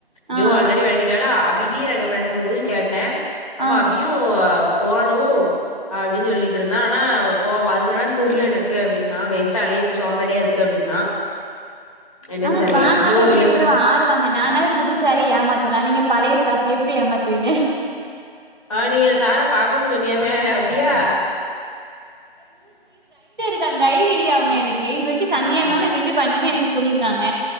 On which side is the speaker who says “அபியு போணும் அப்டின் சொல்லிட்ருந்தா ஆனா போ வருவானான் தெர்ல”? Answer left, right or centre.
Left